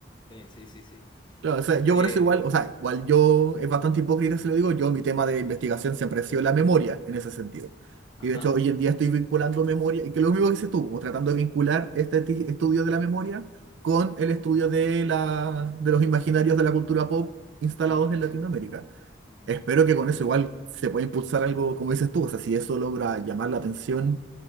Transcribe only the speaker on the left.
eh, sí, sí, sí.
Eh,
ajá.
Mm,
mm,